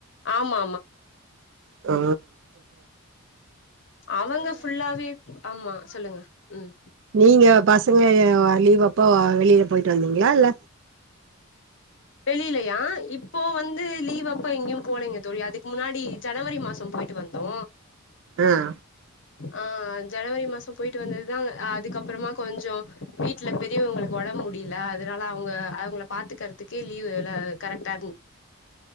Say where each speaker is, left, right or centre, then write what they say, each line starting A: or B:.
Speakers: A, on the left; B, on the right.
A: ஆமா
B: ஆ
A: அவுங்க ஃபுல்லாவே ஆமா சொல்லுங்க ம்
B: நீங்க பசங்க லீவப் ப்போ வெளிய போய்ட்டு வந்தீங்ளா இல்ல
A: வெளிலயா இப்போ வந்து லீவ் அப்ப எங்கேயு போலங்க தோழி அதுக்கு முன்னாடி ஜனவரி மாசோ போயிட்டு வந்தோ
B: ஆ
A: ஆ ஜனவரி மாசோ போயிட்டு வந்ததுதா அதுக்கப்புறமா கொஞ்சொ வீட்ல பெரியவங்களுக்கு ஒடம்பு முடியல்ல அதனால அவுங்க அவுங்கள பாத்துக்கிறத்த பாத்துக்கிறதுக்கே லீவ் இல்ல கரெக்டா